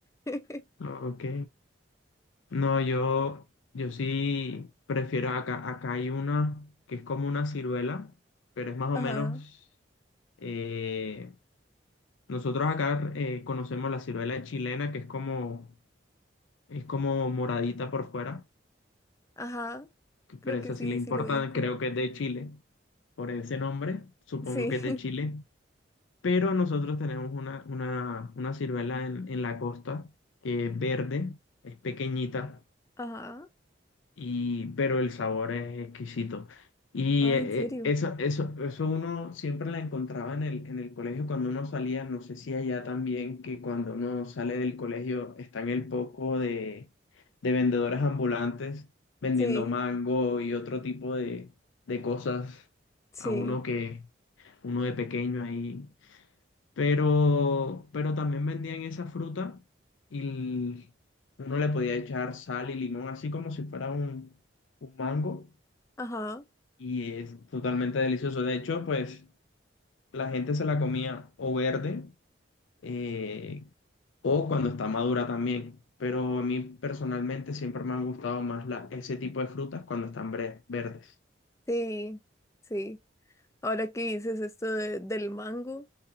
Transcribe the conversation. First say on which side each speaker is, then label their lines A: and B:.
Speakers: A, on the left (about 15°); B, on the left (about 80°).
A: <laughs>
B: Ok. No, yo, yo sí prefiero acá, acá hay una que es como una ciruela, pero es más o
A: Ajá,
B: menos, eh, nosotros acá eh, conocemos la ciruela chilena, que es como, es como moradita por fuera,
A: ajá,
B: que- pero
A: creo
B: esa
A: que sí,
B: sí le importa,
A: sí lo ubico.
B: creo que es de Chile, por ese nombre, supongo
A: Sí.
B: que es de Chile. pero nosotros tenemos una, una, una ciruela en, en la costa que es verde, es pequeñita,
A: Ajá.
B: y, pero el sabor es exquisito. Y
A: Ah,
B: eh,
A: ¿en serio?
B: eh, eso, eso, eso uno siempre la encontraba en el, en el colegio cuando uno salía, no sé si allá también, que cuando uno sale del colegio está en el poco de, de vendedores ambulantes vendiendo
A: Sí,
B: mango y otro tipo de, de cosas
A: sí,
B: a uno que uno de pequeño ahí pero, pero también vendían esa fruta y uno le podía echar sal y limón, así como si fuera un, un mango,
A: Ajá.
B: y es totalmente delicioso. De hecho, pues la gente se la comía o verde eh, o cuando está madura también. Pero a mí personalmente siempre me han gustado más la, ese tipo de frutas cuando están bre- verdes.
A: sí, sí. Ahora que dices esto de- del mango,